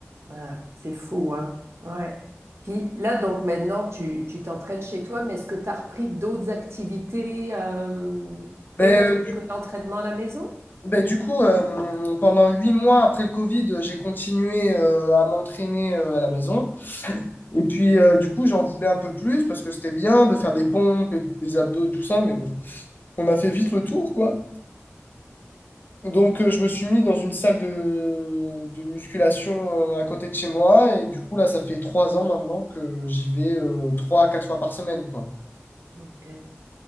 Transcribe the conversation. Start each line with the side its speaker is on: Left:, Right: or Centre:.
Right: Ah, c'est fou, hein? Ouais. Puis là, donc maintenant, tu tu t'entraînes chez toi, mais est-ce que tu as repris d'autres activités euh,
Left: Ben,
Right: autres
Left: euh,
Right: que l'entraînement à la maison?
Left: ben, du coup, euh, pendant huit mois après le Covid, euh, j'ai continué euh, à m'entraîner euh, à la maison. Et puis, euh, du coup, j'en voulais un peu plus parce que c'était bien de faire des pompes et des abdos et tout ça, mais bon, on a fait vite le tour, quoi. Donc, euh, je me suis mis dans une salle de, de musculation euh, à côté de chez moi. Et du coup, là, ça fait trois ans maintenant que j'y vais euh, trois à quatre fois par semaine, quoi.
Right: Ok.